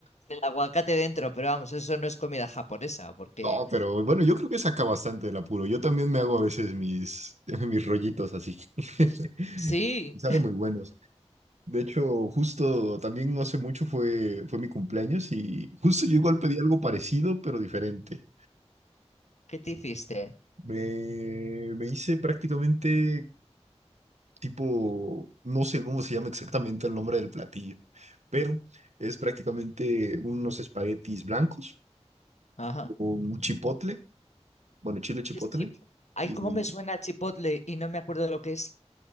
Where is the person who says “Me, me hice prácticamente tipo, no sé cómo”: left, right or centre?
Right